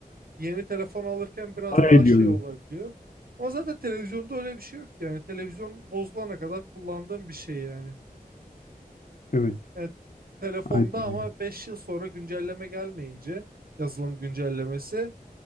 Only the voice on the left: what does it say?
Para
ediyordu.
Evet.
Aynen. öyle.